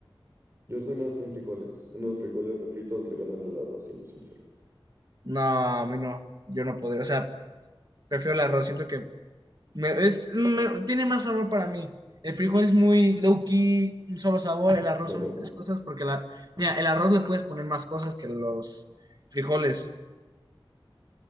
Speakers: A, on the right; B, on the right.
A: Yo soy más team frijoles. Unos frijoles refritos le ganan el arroz, siendo sincero.
B: No, a mí no. Yo no podría. O sea, prefiero el arroz. Siento que me- es- me- tiene más sabor para mí. El frijol es muy low key, un solo sabor. El arroz
A: ¿El
B: son
A: arroz?
B: muchas cosas porque la, mira, el arroz le puedes poner más cosas que los frijoles.